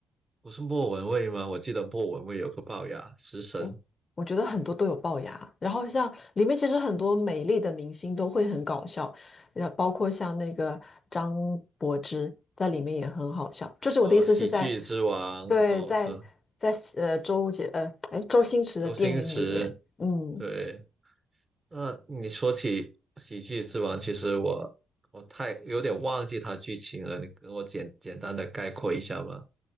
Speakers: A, on the right; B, on the left.
A: 不是莫文蔚吗？我记得莫文蔚有个龅牙，食神，
B: 我我觉得很多都有龅牙，然后像里面其实很多美丽的明星都会很搞笑，然后包括像那个张柏芝在里面也很好笑。就是我的意思是在，
A: 呃，喜剧之王，
B: 对，
A: 哦，
B: 在在呃周杰呃哎周星驰的电影里面，
A: 这周星驰，
B: 嗯
A: 对。那你说起喜剧之王，其实我我太有点忘记他剧情了，你跟我简简单的概括一下吧。